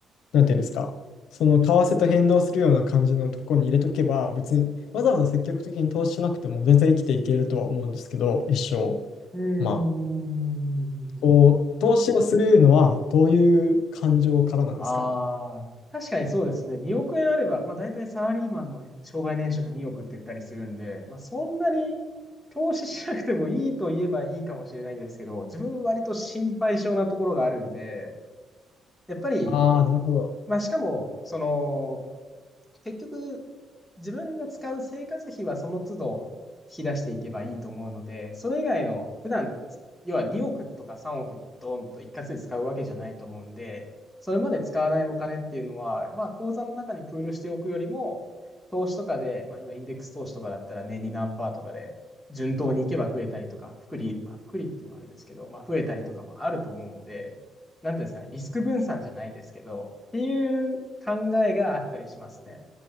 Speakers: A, on the left; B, in the centre.
A: なんていうんですか、その為替と変動するような感じのところに入れとけば、別にわざわざ積極的に投資しなくても全然生きていけるとは思うんですけど、一生。
B: うーん。
A: まあ、こう、投資をするのは、どういう感情からなんですかね。
B: ああ、確かにそうですね。2億円あれば、まあ大体サラリーマンの障害年収が2億って言ったりするんで、まあそんなに投資しなくてもいいと言えばいいかもしれないんですけど、自分割と心配性なところがあるんで、やっぱり
A: ああ、なるほど。
B: まあ、しかも、その、結局、自分が使う生活費はその都度引き出していけばいいと思うので、それ以外の普段、要は2億とか3億ドンと一括で使うわけじゃないと思うんで、それまで使わないお金っていうのは、まあ口座の中にプールしておくよりも、投資とかで、まあ今インデックス投資とかだったら年利何パーとかで順当にいけば増えたりとか、複利、まあ複利っていうのはあれですけど、まあ増えたりとかもあると思うんで、なんていうんですかね、リスク分散じゃないですけど、っていう考えがあったりしますね。